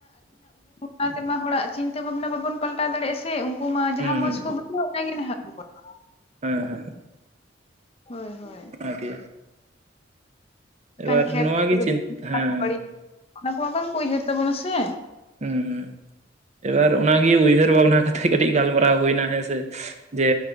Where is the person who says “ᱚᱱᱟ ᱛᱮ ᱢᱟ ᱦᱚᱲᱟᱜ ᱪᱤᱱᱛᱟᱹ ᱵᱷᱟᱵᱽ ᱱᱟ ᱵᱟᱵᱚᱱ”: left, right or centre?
Left